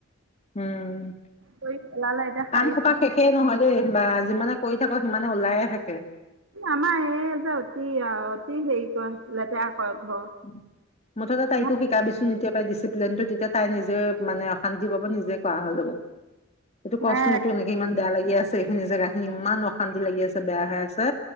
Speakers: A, on the left; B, on the right.
A: উম
B: কৰি পেলালে এতিয়া সাৰি
A: আম খোপা সেখেই নহয় দেই বা । যিমানে কৰি থাকো সিমানে ওলাই থাকে ।
B: আমাৰ এই যে অতি অতি হেৰি কৰে লেতেৰা কৰে ঘৰ।
A: উ মুঠতে তাইকো
B: মোক
A: শিকাবিচোন এতিয়া ডিচিপ্লিন টো তেতিয়া তাই নিজে মানে অশান্তি পাব নিজে কৰা হৈ যাব এইটো কৰ
B: নাই
A: চোন এইটো এনেকে ইমান বেয়া লাগি আছে এইখিনি জেগা খিনি ইমান অশান্তি লাগি আছে বেয়া হৈ আছে